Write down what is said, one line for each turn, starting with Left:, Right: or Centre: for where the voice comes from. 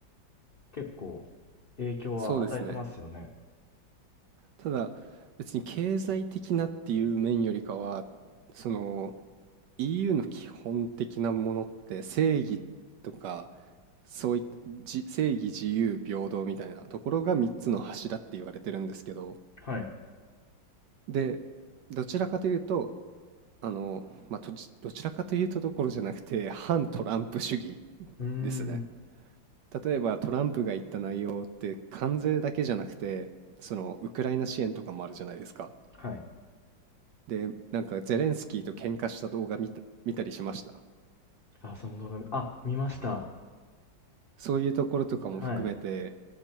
Left: 結構影響は与えてますよね。
Right: そうですね。ただ、別に経済的なっていう面よりかは、その EU の基本的なものって正義とか、そういったじ正義、自由、平等みたいなところが3つの柱って言われてるんですけど、
Left: はい。
Right: で、どちらかというと、あの、まあ、どちどちらかというとどころじゃなくて、反トランプ主義
Left: うーん。
Right: ですね。例えばトランプが言った内容って関税だけじゃなくて、そのウクライナ支援とかもあるじゃないですか。
Left: はい。
Right: で、なんかゼレンスキーと喧嘩した動画見た、見たりしました。
Left: あ、その動画見、あ、見ました。
Right: そういうところとかも含めて、
Left: はい。